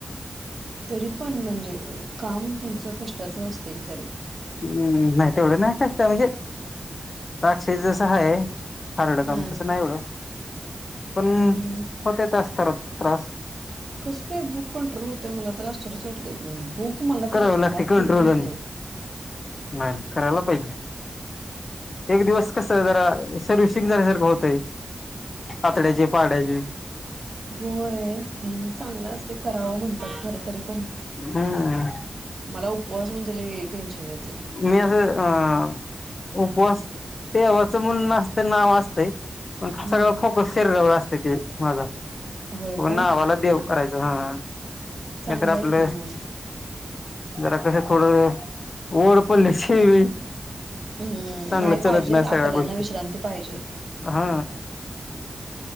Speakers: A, on the right (about 55°); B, on the left (about 55°).
A: तरी पण
B: हम्म
A: म्हणजे काम तुमचं कष्टाचं असते की तरी,
B: हम्म नाही तेवढं नाही कष्ट म्हणजे दक्ष जस आहे. हरड काम
A: हम्म.
B: तसं नाही एवढं पण
A: हम्म.
B: होते तासत त्रास,
A: कसं काय भूक कंट्रोल होत्या मला त्रास, टते भूक मारला
B: करावे
A: तर अज
B: लागते
A: बात
B: कंट्रोल
A: कुंट्रल होत नाही.
B: नाही नाही करायला पाहिजे, एक दिवस कस आहे जरा सर्विसिक झाल्यासारखं होतय आतड्याचे पहाड्याची,
A: होयम् चांगलं असते करावं म्हणतात खर तरी पण,
B: हम्म
A: मला उपवास म्हणून च टेन्शन येतंय
B: मी अससं अं उपवास देवाचं मुल नाचतं नाव असतंय, पण फोकस
A: हम्म
B: फोकस शेरीजवळ असते ते माझा
A: होय काय
B: नावाला देव, करायचं हा नाही
A: चांगलं
B: तर आपलं
A: आहे की मग.
B: जरा कस ड ओडपल् श <unintelligible>
A: हम्म
B: चांगलं
A: नाही
B: चालत
A: पाहिजेच
B: नाही
A: आतड्यांना
B: सगळ्या गोष्टी
A: विश्रांती पाहिजे
B: हा